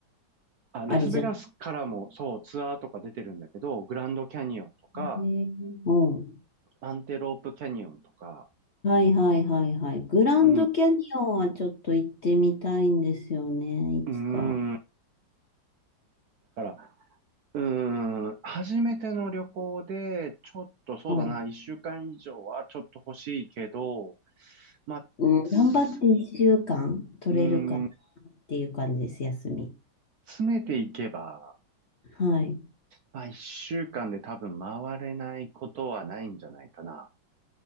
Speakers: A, on the right; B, on the left.
A: あ、ラスベガスからも、
B: アリゾナ。
A: そう、ツアーとか出てるんだけど、グランドキャニオンとか、
B: へうん。
A: アンテロープキャニオンとか、
B: はい、はい、はい、はい。グランドキャニオンはちょっと行ってみたいんですよね。
A: うん、う
B: いつか。
A: ーん、だから、うーん、初めての旅行で、ちょっとそうだな、
B: はい。
A: 一週間以上はちょっと欲しいけど、まあ、
B: うん。
A: つ
B: 頑張って1週間取れるかな
A: うーん、
B: っていう感じです、休み。
A: 詰めていけば、
B: はい。
A: まあ一週間で多分回れないことはないんじゃないかな。